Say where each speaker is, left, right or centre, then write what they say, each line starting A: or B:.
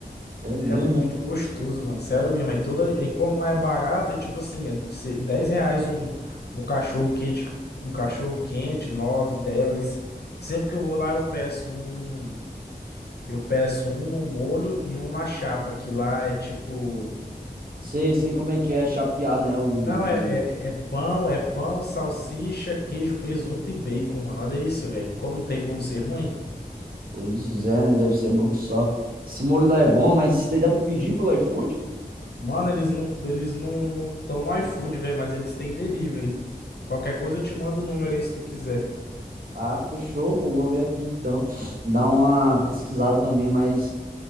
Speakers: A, on the right (about 60°); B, on the left (about 80°).
A: É mesmo,
B: É muito
A: é?
B: gostoso, mano. Sério mesmo. Aí toda, aí como lá é barato, é tipo assim, é se- 10 reais um, um cachorro quente, um cachorro quente, 9, 10. Sempre que eu vou lá eu peço um, eu peço um no molho e um na chapa, que lá é tipo
A: Sei, sei como é que é, é chapeado, né? O,
B: Não, é, é, é pão, é pão, salsicha, queijo, presunto e bacon, mano. Olha isso, velho. Como não tem como ser ruim?
A: Pois é, né? Deve ser bom que só. Esse molho lá é bom, mas isso daí dá pra pedir pelo iFood?
B: Mano, eles não, eles não, não estão no iFood, velho, mas eles têm delivery. Qualquer coisa eu te mando o número aí se tu quiser.
A: Ah, fechou, pô. Vou ver aqui então. Dar uma pesquisada também, mas